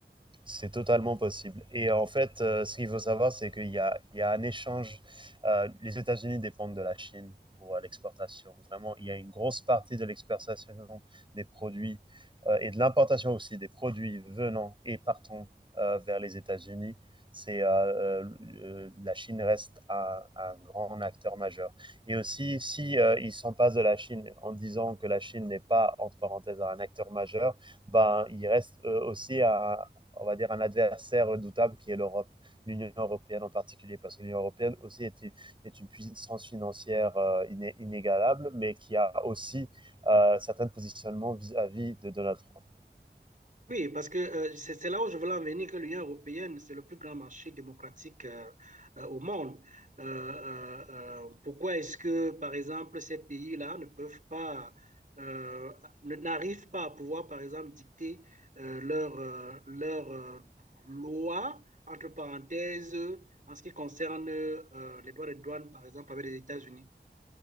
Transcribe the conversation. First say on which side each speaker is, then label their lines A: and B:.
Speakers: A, on the right; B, on the right.
A: C'est totalement possible. Et euh, en fait, euh, ce qu'il faut savoir, c'est qu'il y a, il y a un échange. euh, les États-Unis dépendent de la Chine pour euh, l'exportation. Vraiment, il y a une grosse partie de l'exportation des produits euh, et de l'importation aussi des produits venant et partant euh, vers les États-Unis. C'est euh, euh, la Chine reste un, un grand acteur majeur. Et aussi, si euh, ils s'en passent de la Chine en disant que la Chine n'est pas entre parenthèses un acteur majeur, ben, il reste euh, aussi un, on va dire, un adversaire redoutable qui est l'Europe, l'Union européenne en particulier, parce que l'Union européenne aussi est, est une puissance financière euh, iné, inégalable, mais qui a aussi euh, certains positionnements vis-à-vis de Donald Trump.
B: Oui, parce que euh, c'est c'est là où je voulais en venir que l'Union européenne, c'est le plus grand marché démocratique euh, euh, au monde. Euh, euh, euh, pourquoi est-ce que, par exemple, ces pays-là ne peuvent pas, euh, ne- n'arrivent pas à pouvoir, par exemple, dicter euh, leur, euh, leur euh, loi, entre parenthèses, en ce qui concerne euh, les droits de douane, par exemple, avec les États-Unis?